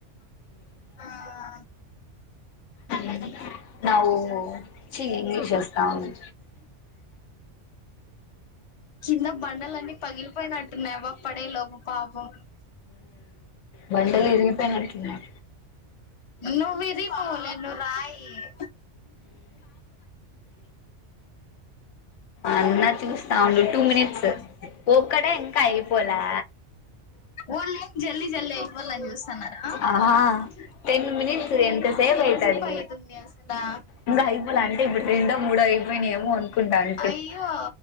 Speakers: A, on the left (about 35°); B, on the left (about 85°).
A: ఆ ఆ ఆ.
B: ఉమ్ దావు, చీ ఇంగ్లీష్ ఓస్తా ఉంది.
A: కింద బండలన్నీ పగిలిపోయినట్టున్నాయి, అవ్వ పడే లోపూ పాపం.
B: బండలు ఇరిగిపోయినట్టున్నాయి
A: నువ్ ఇరిగిపోలేద్, నువ్ రాయి. <inaudible>
B: అన్న చూస్తా ఉండు టూ మినిట్స్. ఒక్కడే ఇంకా అయిపోలా.
A: ఓన్లీ జెల్ది జిల్ది, అయిపోలాని జుస్తున్నారా.
B: ఆ టెన్ మినిట్స్ ఎంత సేపు అయితాది.
A: అయితుంది అసలా
B: ఇంకా అయిపోల అంటే ఇప్పుడు రెండో, మూడో అయిపో అయిపోనై ఏమో అనుకుంటాన్,
A: అయ్యో.